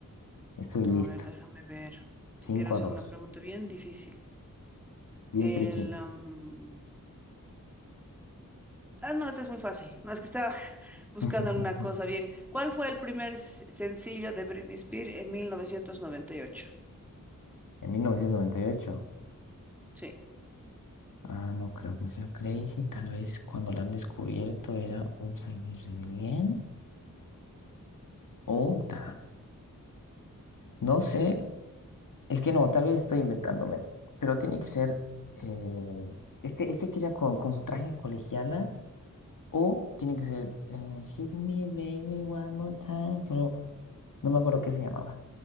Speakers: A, on the left; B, in the centre.
A: Estoy listo.
B: A ver, déjame ver,
A: cinco
B: te quiero hacer
A: a dos
B: una pregunta bien difícil.
A: Bien
B: El,
A: tricky.
B: am, ah, no, esta es muy fácil, no, es que estaba, buscando
A: <laughs>
B: alguna cosa bien. ¿Cuál fue el primer s- sencillo de Britney Spears en 1998?
A: En mil novecientos noventa y ocho
B: Sí,
A: Ah, no creo que sea Crazy. Tal vez cuando la han descubierto era Upside Down Again. O ta. No sé Es que no, tal vez estoy inventándome, pero tiene que ser, eh, este, este que era con, con su traje de colegiala, o tiene que ser eh, Hit Me Baby One More Time, pero no me acuerdo qué se llamaba.